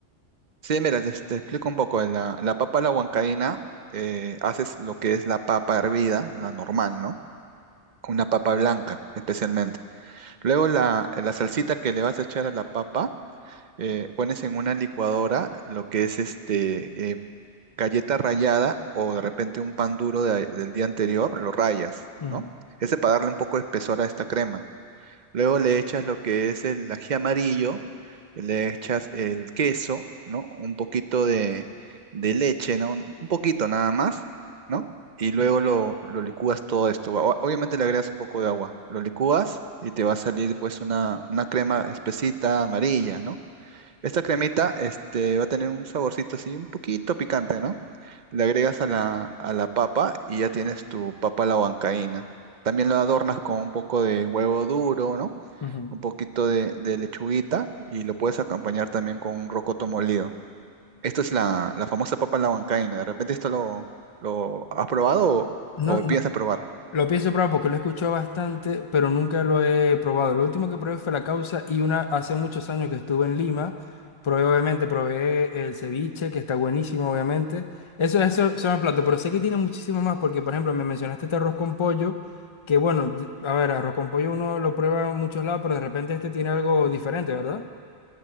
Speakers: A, on the right; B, on the left.
A: Sí, mira, te, te explico un poco. La, la papa a la huancaína, eh, haces lo que es la papa hervida, la normal, ¿no? Una papa blanca, especialmente. Luego la, la salsita que le vas a echar a la papa, eh, pones en una licuadora lo que es este, eh, galleta rallada o de repente un pan duro de- del día anterior, lo rayas,
B: Mm,
A: ¿no? Ese para darle un poco de espesor a esta crema. Luego le echas lo que es el ají amarillo, le echas el queso, ¿no? Un poquito de, de leche, ¿no? Un un poquito nada más, ¿no? Y luego
B: ok.
A: lo, lo licúas todo esto. O- Obviamente le agregas un poco de agua. Lo licúas y te va a salir pues una, una crema espesita amarilla, ¿no? Esta cremita, este, va a tener un saborcito así un poquito picante, ¿no? Le agregas a la, a la papa y ya tienes tu papa a la huancaína. También lo adornas con un poco de huevo duro, ¿no?
B: Ujú.
A: Un poquito de, de lechuguita y lo puedes acompañar también con un rocoto molido. Esto es la, la famosa papa a la huancaína. ¿De repente esto lo, lo has probado o,
B: No,
A: o
B: no,
A: piensas probar?
B: lo pienso probar porque lo he escuchado bastante, pero nunca lo he probado. Lo último que probé fue la causa y una hace muchos años que estuve en Lima, probé obviamente, probé el ceviche, que está buenísimo, obviamente. Eso, eso son los platos, pero sé que tiene muchísimo más porque, por ejemplo, me mencionaste este arroz con pollo, que bueno, d- a ver, arroz con pollo uno lo prueba en muchos lados, pero de repente este tiene algo diferente, ¿verdad?